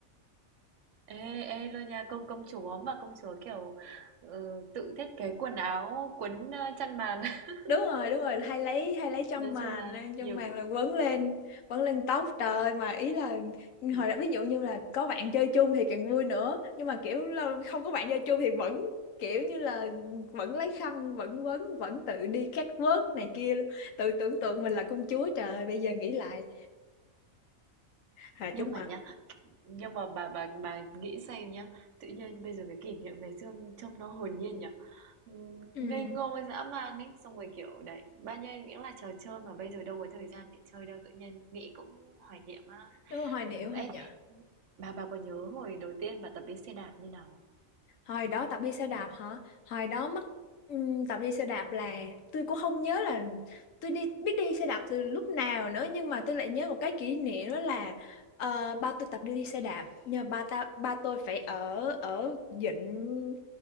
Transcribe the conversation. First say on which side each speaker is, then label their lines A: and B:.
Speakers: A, on the right; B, on the left.
A: ê, ê luôn nha, công công chúa mà công chúa kiểu ừ, tự thiết kế quần áo, quấn ờ, chăn màn. <laughs>
B: đúng rồi đúng rồi hay lấy hay lấy chân
A: Nói
B: màn
A: chung là
B: chân
A: nhiều
B: màn
A: cái
B: là quấn lên quấn lên tóc trời ơi, mà ý là
A: ừ,
B: hồi đó ví dụ như là có bạn chơi chung thì càng vui nữa nhưng mà kiểu lâu- không có bạn chơi chung thì vẫn kiểu như là vẫn lấy khăn vẫn quấn vẫn tự đi catwalk này kia luôn. tự tưởng tượng mình là công chúa trời ơi, bây giờ nghĩ lại hà chóng
A: nhưng mà
B: mặt
A: nhá nhưng mà bà bà bà nghĩ xem nhá tự nhiên bây giờ cái kỷ niệm ngày xưa trông nó hồn nhiên nhở Ừm,
B: ừ
A: ngây ngô dã man ấy xong rồi kiểu đấy bao nhiêu những là trò chơi mà bây giờ đâu có thời gian để chơi đâu tự nhiên nghĩ cũng hoài niệm á
B: đúng rồi, hoài niệm
A: Ừm, ấy
B: hồi nhở
A: bà bà có nhớ hồi đầu tiên bà tập đi xe đạp như nào không
B: hồi đó tập đi xe đạp hả hồi đó mắc ừm, tập đi xe đạp là tôi cũng không nhớ là tôi đi biết đi xe đạp từ lúc nào nữa nhưng mà tôi lại nhớ một cái kỷ niệm đó là ờ, ba tôi tập đi đi xe đạp nhờ ba ta ba tôi phải ở ở dịnh